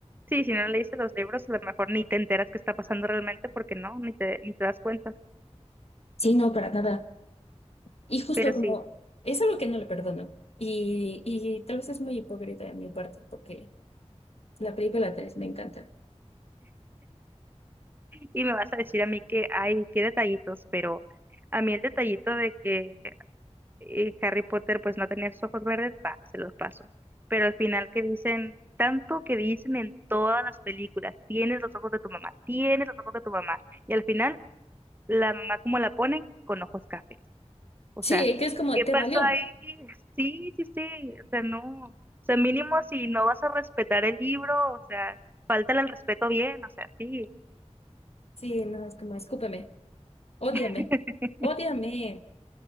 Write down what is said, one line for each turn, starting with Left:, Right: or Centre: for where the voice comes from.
Right: Sí, si no leíste los libros, a lo mejor ni te enteras qué está pasando realmente porque no, ni te, ni te das cuenta.
Left: Sí, no, para nada. Y justo
Right: Pero sí,
Left: como, es algo que no le perdono. Y, y tal vez es muy hipócrita de mi parte, porque la película 3 me encanta.
Right: y me vas a decir a mí que hay, qué detallitos, pero a mí el detallito de que eh, Harry Potter pues no tenía sus ojos verdes, va, se los paso. Pero al final que dicen, tanto que dicen en todas las películas, tienes los ojos de tu mamá, tienes los ojos de tu mamá. Y al final la mamá como la ponen con ojos cafés. O
Left: Sí,
Right: sea,
Left: que es como,
Right: ¿qué
Left: te
Right: pasó
Left: valió.
Right: ahí? Sí, sí, sí, o sea, no, o sea, mínimo si no vas a respetar el libro, o sea, falta el respeto bien, o sea, sí.
Left: Sí, no, es como, escúpeme, ódiame,
Right: <laughs>
Left: ódiame.